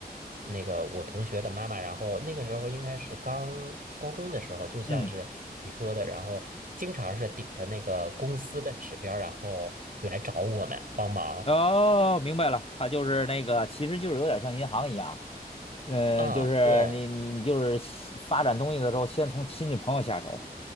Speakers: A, on the right; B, on the left.
A: 那个我同学的妈妈，然后那个时候应该是刚高中的时候，就像是你说的，
B: 嗯，
A: 然后经常是顶着那个公司的指标，然后来找我们帮忙。
B: 哦，明白了，他就是那个，其实就是有点像银行一样，嗯，
A: 啊，
B: 就是你你就是西发展东西的时候，
A: 对，
B: 先从亲戚朋友下手。